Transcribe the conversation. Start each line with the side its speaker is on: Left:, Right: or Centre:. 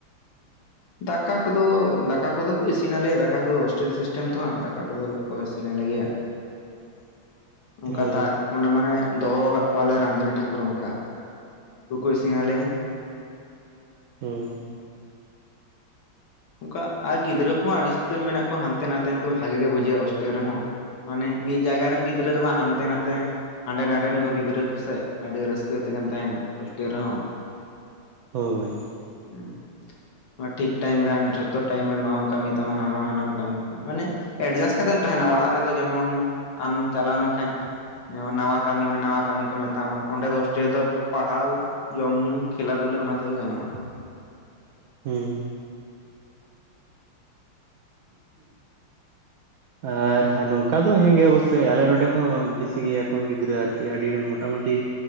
Right: <inaudible>
Left: ᱫᱟᱠᱟ ᱠᱚᱫᱚ ᱫᱟᱠᱟ ᱠᱚᱫᱚ ᱠᱚ ᱤᱥᱤᱱᱟᱞᱮᱭᱟ ᱫᱟᱠᱟ ᱫᱚ ᱦᱳᱥᱴᱮᱞ ᱥᱤᱥᱴᱮᱢ ᱛ ᱦᱟᱸᱜ ᱫᱟᱠᱟ ᱠᱚᱫᱚ ᱞ ᱠᱚᱭ ᱥᱮᱱᱟ ᱞᱮᱜᱮᱭᱟ
Right: <inaudible>
Left: ᱚᱱᱠᱟ
Right: ᱚ
Left: ᱛᱟ ᱚᱱᱮ ᱢᱟᱱᱮ ᱫᱚᱦᱚ ᱠᱟᱜ ᱠᱚᱣᱟᱞᱮ ᱨᱟᱱᱫᱤᱱᱤ ᱴᱷᱟᱹᱠᱩᱨ ᱚᱱᱠᱟ ᱩᱱᱠᱩᱠᱚ ᱤᱥᱤᱱᱞᱮᱭᱟ ᱦᱮ
Right: ᱦᱩᱸ
Left: ᱚᱱᱠᱟ ᱟᱨ ᱜᱤᱫᱽᱨᱟᱹ ᱠᱚᱦᱚᱸ ᱟᱹᱰᱤ ᱩᱛᱟᱹᱨ ᱢᱮᱱᱟᱜ ᱠᱚᱣᱟ ᱦᱟᱱᱛᱮ ᱱᱟᱛᱮᱱ ᱠᱚ ᱵᱷᱟᱜᱮ ᱜᱮ ᱵᱩᱡᱷᱟᱹᱜᱼᱟ ᱦᱳᱥᱴᱮᱞ ᱨᱮᱦᱚᱸ ᱢᱟᱱᱮ ᱢᱤᱫ ᱡᱟᱭᱜᱟ ᱨᱮᱱ ᱜᱤᱫᱽᱨᱟᱹ ᱫᱚ ᱵᱟᱝ ᱦᱟᱱᱛᱮ ᱱᱟᱛᱮ ᱦᱟᱸᱰᱮ ᱱᱟᱰᱮᱱ ᱠᱚ ᱜᱤᱫᱽᱨᱟᱹ ᱠᱚ ᱥᱮ ᱟᱹᱰᱤ ᱨᱟᱹᱥᱠᱟᱹ ᱛᱮᱜᱮᱢ ᱛᱟᱦᱮᱸᱱᱟ ᱦᱳᱥᱴᱮᱞ ᱨᱮᱦᱚᱸ
Right: ᱦᱳᱭ
Left: ᱦᱩᱸ ᱱᱚᱣᱟ ᱴᱷᱤᱠ ᱴᱟᱭᱤᱢ ᱨᱮ <unintelligible> ᱡᱷᱚᱛᱚ ᱴᱟᱭᱤᱢ ᱨᱮ ᱱᱚᱣᱟᱢ ᱠᱟᱹᱢᱤ ᱛᱟᱢᱟ ᱦᱟᱢ ᱦᱟᱱᱟᱢ ᱠᱟᱹᱢᱤ ᱛᱟᱢᱟ ᱢᱟᱱᱮ ᱮᱰᱡᱟᱥᱴ ᱠᱟᱛᱮᱫ ᱮᱢ ᱛᱟᱦᱮᱱᱟ ᱚᱲᱟᱜ ᱨᱮᱫᱚ ᱡᱮᱢᱚᱱ ᱟᱢ ᱪᱟᱞᱟᱣ ᱞᱮᱱᱠᱷᱟᱡ ᱡᱮᱢᱚᱱ ᱱᱟᱣᱟ ᱠᱟᱹᱢᱤ ᱢᱮ ᱱᱟᱣᱟ ᱠᱟᱹᱢᱤ ᱠᱚ ᱢᱮᱛᱟᱢᱟ ᱚᱸᱰᱮ ᱫᱚ ᱦᱳᱥᱴᱮᱞ ᱨᱮ ᱫᱚ ᱯᱟᱲᱦᱟᱣ ᱡᱚᱢ ᱧᱩ ᱠᱷᱮᱞᱟ ᱫᱷᱩᱞᱟ ᱚᱱᱟ ᱛᱮᱜᱮ ᱜᱟᱱᱚᱜᱼᱟ
Right: ᱦᱩᱸ ᱟᱨ ᱱᱚᱝᱠᱟ ᱫᱚ ᱦᱮᱸ ᱜᱮ ᱚᱵᱚᱥᱳᱭ ᱟᱞᱮ ᱱᱚᱰᱮ ᱦᱚᱸ ᱵᱮᱥᱤ ᱜᱮᱭᱟ ᱠᱚ ᱜᱤᱫᱽᱨᱟᱹ ᱟᱨᱠᱤ ᱟᱹᱰᱤ ᱜᱟᱱ ᱢᱚᱴᱟ ᱢᱩᱴᱤ